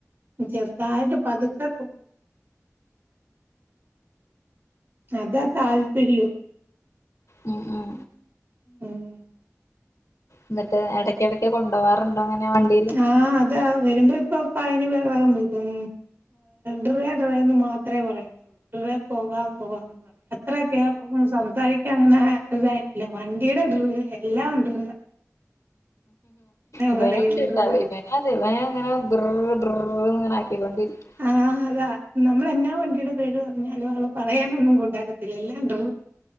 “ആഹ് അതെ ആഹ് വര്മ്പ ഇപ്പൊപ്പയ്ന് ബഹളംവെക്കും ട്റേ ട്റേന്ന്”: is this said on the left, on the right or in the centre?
Right